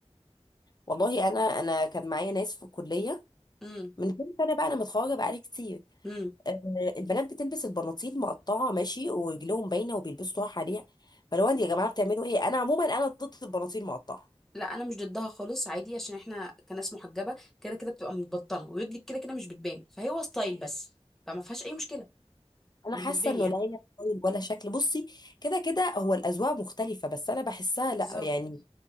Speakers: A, on the left (about 40°); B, in the centre.
A: والله انا انا كان معايا ناس في الكليه
B: امم
A: من كام سنه بقى انا متخرجه بقالي كتير
B: امم
A: آه، البنات بتلبس البناطيل مقطعه ماشي ورجلهم باينه وبيلبسوا طرح عليها فلو انت يا جماعه بتعملوا ايه انا عموما انا ضد البناطيل المقطعه
B: لا انا مش ضدها خالص عادي عشان احنا كناس محجبه كده كده بتبقى متبطنه ورجلك كده كده مش بتبان فهو ستايل بس فما فيهاش اي مشكله
A: انا
B: بالنسبه
A: حاسه انه
B: لي يعني
A: لا هي ستايل ولا شكل بصي كده كده هو الاذواق مختلفه بس انا بحسها
B: بالظبط
A: لا يعني